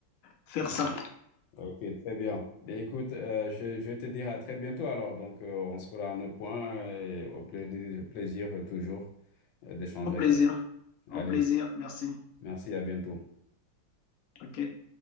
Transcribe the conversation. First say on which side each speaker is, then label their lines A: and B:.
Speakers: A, on the left; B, on the left.
A: faire
B: Oh.
A: ça.
B: Ok, très bien. Ben, écoute, euh, je, je vais te dire à très bientôt alors. Donc, euh, on se fera un autre point euh, et au plaisir, plaisir euh, toujours euh, d'échanger
A: Au plaisir.
B: avec toi.
A: Au
B: Allez,
A: plaisir. Merci.
B: merci, à bientôt.
A: OK.